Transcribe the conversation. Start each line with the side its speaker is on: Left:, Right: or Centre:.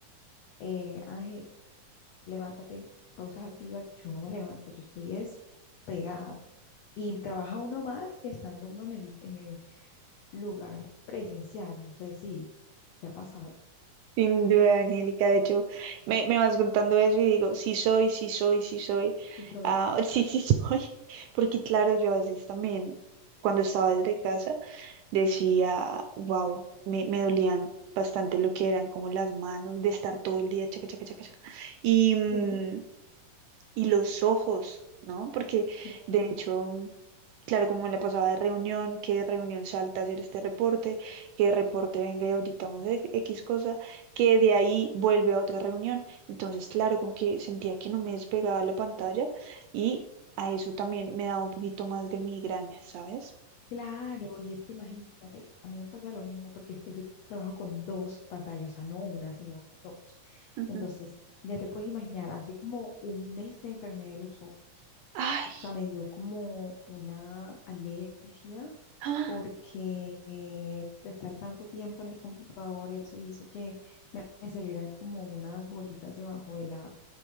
Left: eh, Ángel, levántate, pausas activas, yo no me levanto, yo estoy es pegada. Y trabaja uno más que estando uno en el, en el lugar presencial. No sé si te ha pasado.
Right: Sin duda, Angélica. De hecho, me, me vas contando eso y digo, sí soy, sí soy, sí soy.
Left: Sí, soy.
Right: Ah, <laughs> sí, sí soy. Porque claro, yo a veces también, cuando estaba desde casa, decía, wow, me, me dolían bastante lo que eran como las manos de estar todo el día chaca, chaca, chaca, chaca. Y, mm,
Left: Sí,
Right: y los ojos, ¿no? Porque
Left: sí,
Right: de hecho... Claro, como en la pasada de reunión, que de reunión salta a hacer este reporte, que de reporte venga y auditamos e- X cosa, que de ahí vuelve a otra reunión. Entonces, claro, como que sentía que no me despegaba la pantalla y a eso también me daba un poquito más de migraña, ¿sabes?
Left: claro, y es que imagínate, a mí me pasa lo mismo, porque es que yo trabajo con dos pantallas, o sea, no una, sino dos.
Right: Ujú.
Left: Entonces, ya te puedes imaginar, hace como un mes me enfermé de los ojos,
Right: Ay,
Left: o sea, me dio como una alergia,
Right: ah,
Left: porque eh, de estar tanto tiempo en el computador, eso hizo que me salieran como unas bolitas debajo de la,